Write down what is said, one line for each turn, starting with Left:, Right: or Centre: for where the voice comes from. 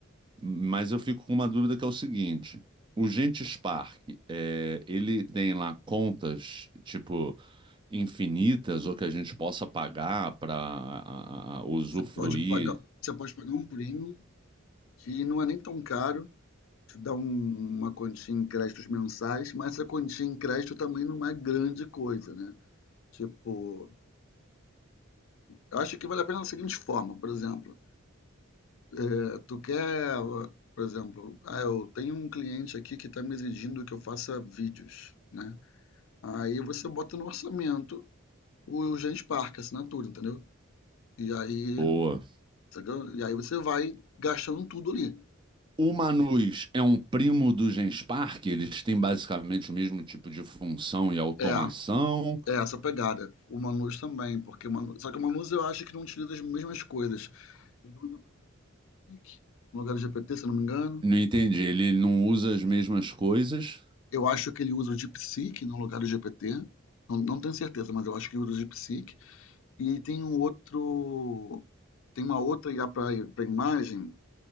Right: mas eu fico com uma dúvida que é o seguinte: o Gente Spark, é, ele tem lá contas, tipo, infinitas ou que a gente possa pagar para usufruir?
Left: você pode pagar você pode pagar um prêmio que não é nem tão caro, te dá um uma quantia em créditos mensais, mas essa quantia em crédito também não é grande coisa, né. Tipo Eu acho que vale a pena da seguinte forma, por exemplo, eh, tu quer, por exemplo, ah, eu tenho um cliente aqui que está me exigindo que eu faça vídeos, né? Aí você bota no orçamento o Genspark, a assinatura, entendeu? E aí,
Right: Boa.
Left: sacou? E aí você vai gastando tudo ali.
Right: O Manus é um primo do Genspark? Eles têm basicamente o mesmo tipo de função e automação?
Left: É, é essa pegada. O Manus também, porque o Manus, só que o Manus eu acho que não utiliza as mesmas coisas. Ele usa o Click, no lugar do GPT, se eu não me engano.
Right: Não entendi. Ele não usa as mesmas coisas?
Left: Eu acho que ele usa o DeepSeek no lugar do GPT. Não, não tenho certeza, mas eu acho que ele usa o DeepSeek. E tem um outro. Tem uma outra IA para imagem